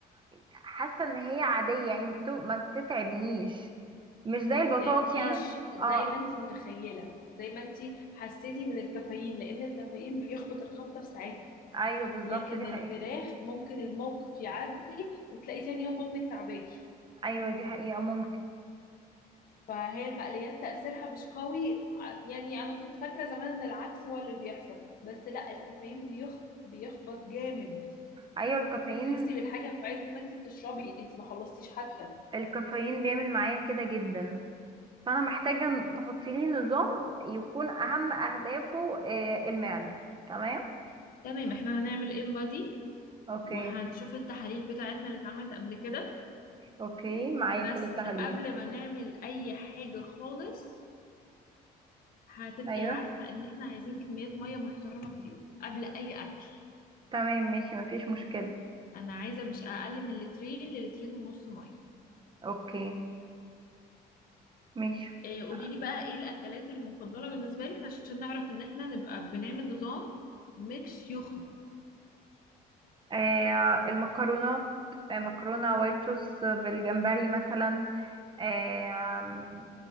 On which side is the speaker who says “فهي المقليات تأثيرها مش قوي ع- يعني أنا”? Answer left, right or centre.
Left